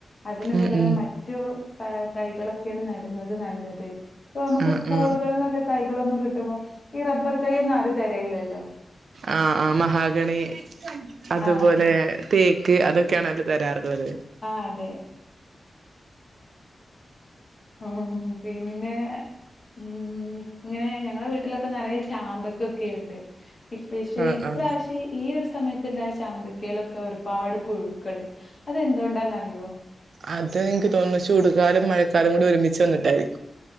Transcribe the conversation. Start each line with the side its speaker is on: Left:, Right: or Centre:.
Left: അതിനു
Right: ഉം
Left: പകരം
Right: ഉം
Left: മറ്റു പെ തൈകളൊക്കെയാണ് നടുന്നത് നല്ലത്. ഇപ്പൊ നമുക്ക്
Right: ആ
Left: സ്കൂളുകളിന്നൊക്കെ
Right: ആ
Left: തൈകളൊന്നും കിട്ടുമ്പോ ഈ റബ്ബർ തൈയ്യൊന്നും ആരും തരേല്ലല്ലോ.
Right: ആഹ് ആഹ് മഹാഗണി അതുപോലെ
Left: ആഹ്
Right: തേ ക്ക് അതൊക്കേണല്ലോ തരാറുള്ളത്.
Left: ആഹ് അതെ. ഓ ഹൊ ഹും പിന്നെ ഉംഉം ഇങ്ങനെ ഞങ്ങള വീട്ടിലൊക്കെ നറയെ ചാമ്പക്കൊക്കെണ്ട്. ഇ പെശെ
Right: ആ
Left: ഇപ്രാശ്യയ്
Right: ആ
Left: ഈയൊരു സമയത്തുണ്ടായ ചാമ്പക്കയിലൊക്കെ ഒരുപാട് പുഴുക്കള് അതെന്തൊണ്ടാന്നറിയോ?
Right: അത് ഇൻക്ക് തോന്നുണു ചൂടുകാലം മഴക്കാലകൂടി ഒരുമിച്ച് വന്നിട്ടായിരിക്കും.